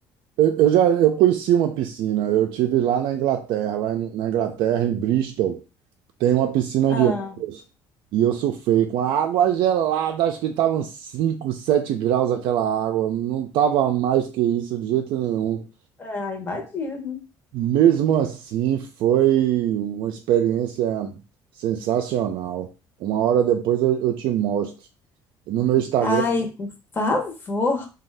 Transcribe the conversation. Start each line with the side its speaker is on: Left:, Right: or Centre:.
Right: Eu, eu já eu conheci uma piscina, eu tive lá na Inglaterra, lá em- na Inglaterra, em Bristol, tem uma piscina
Left: Ah,
Right: de ondas. E eu surfei com a água gelada, acho que estavam 5, 7 graus aquela água, não estava mais que isso de jeito nenhum.
Left: ah, imagino.
Right: Mesmo assim, foi uma experiência sensacional. Uma hora depois eu, eu te mostro no meu Instagram.
Left: Ai, por favor.